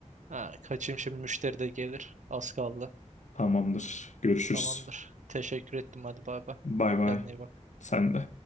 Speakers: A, on the right; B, on the left.
A: Ha, kaçayım şimdi müşteri de gelir. Az kaldı.
B: Tamamdır. Görüşürüz.
A: Tamamdır. Teşekkür ettim hadi bay bay.
B: Bay bay.
A: Kendine iyi bak.
B: Sen de.